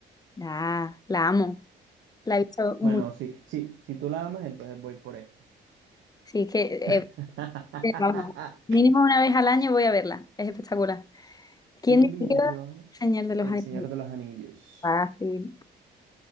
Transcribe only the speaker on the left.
Ah, la amo. La he visto mucho.
Sí, es que, eh,
eh, vamos, mínimo una vez al año voy a verla. Es espectacular. ¿Quién
diría
señal de los
animales?
Fácil.